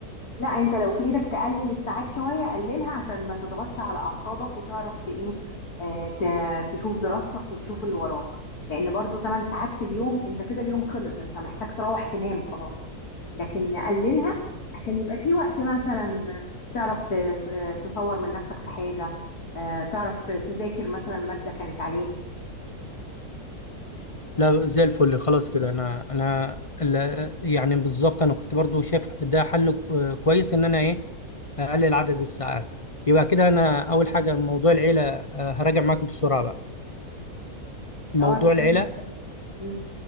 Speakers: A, on the left; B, on the left.
A: لا انت لو في ايدك تقلل الساعات شوية قللها عشان ما تضغطش على اعصابك وتعرف ت ايه آه، ت- تشوف دراستك وتشوف اللي وراك لان برضو 8 ساعات في اليوم انت كده اليوم خلص انت محتاج تروح تنام خلاص لكن نقللها عشان يبقى في وقت مثلا تعرف ت- ت- تطور من نفسك في حاجة آه، تعرف تذاكر مثلا مادة كانت عليك
B: لا زي الفل خلاص كده انا انا ال- يعني بالظبط انا كنت برضو شايف ده حل كو- كويس ان انا ايه اقلل عدد الساعات يبقى كده انا اول حاجه موضوع العيله آه، هراجع معاك بسرعه بقى موضوع
A: اه تمام
B: العيله
A: يا غادة. مم،